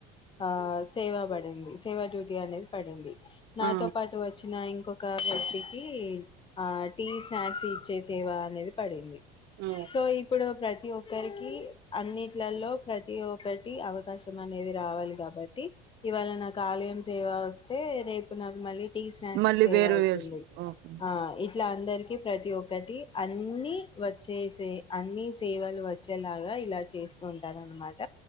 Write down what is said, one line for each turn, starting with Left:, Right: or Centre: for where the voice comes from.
Left: ఆ సేవాబడి ఉంది సేవా డ్యూటీ అనేది పడింది. నాతో
Right: ఆ
Left: పాటు వచ్చిన ఇంకొక వ్యక్తి క్ కి ఆ టీ, స్నాక్స్ ఇచ్చేసేవ అనేది పడింది.
Right: ఆ
Left: సో ఇప్పుడు ప్ర ప్రతి ఒక్కరికి అన్నిట్లలో ప్రతి ఒక్కటి అవకాశం అనేది రావాలి కాబట్టి. ఇవాళ నాకు ఆలయం సేవ వస్తే రేపు నాకు మళ్ళీ టీ, స్నాక్స్
Right: మళ్ళీ
Left: సేవ
Right: వేరు
Left: వస్తుంది.
Right: వేరు ఓకే
Left: ఆ ఇట్లా అందరికి ప్రతి ఒక్కటి అన్ని వచ్చే సే అన్ని సేవలు వచ్చేలాగా ఇలా చేస్తూ ఉంటారు. అన్నమాట